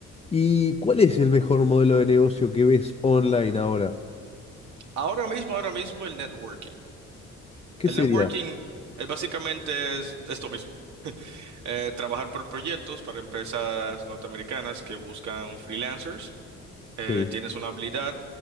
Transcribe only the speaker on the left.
¿Y cuál es el mejor modelo de negocio que ves online ahora?
¿Qué
sería?
Sí,